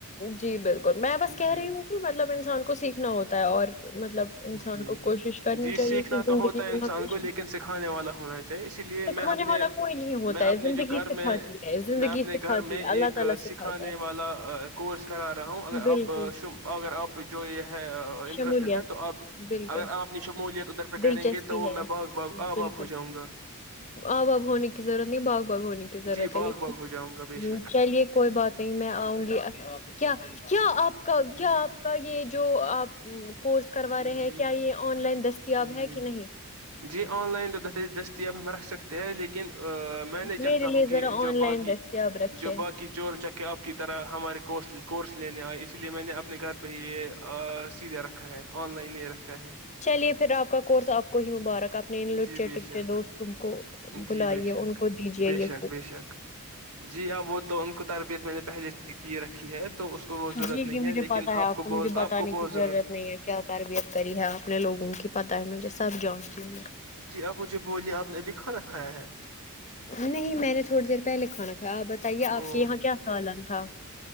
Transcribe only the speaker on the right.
جی
جی
جی
سیکھنا
تو ہوتا ہے انسان
کو لیکن سکھانے والا ہونا چاہیے اسی لیے
میں اپنے
میں اپنے
جو گھر
میں
میں اپنے
گھر میں ایک
سکھانے
والا کورس کرا رہا ہوں
اگر آپ
ش اگر آپ جو یہ ہے انٹرسٹیڈ
ہے تو آپ
اگر آپ اپنی شمولیت ادھر پہ کریں
گے تو
میں باغ باغ آب
آب ہو جاؤں گا
جی
باغ
باغ ہو جاؤں گا بے شک
جی
جی
ہ
جی
جی آن لائن تو دستیاب ہمارا سکتے ہیں لیکن ن میں نہیں چاہتا
ہوں کہ
جو
باقی
جو باقی چور چکے آپ کی طرح ہمارے کورس لینے آئے اس لیے میں نے آپ اپنے گھر پہ ہی سیدھے ر آن لائن لے رکھا ہے
جی بے
شک
جی
بے شک
بے
شک
بے شک جی اب وہ تو ان کو تربیت میں نے پہلے سے کی رکھی ہے تو اس کو وہ ضرورت
نہیں
ہے
لیکن
بہت
آپ کو بہت
جی آپ مجھے بولیے آپ نے ابھی کھانا کھایا ہے
او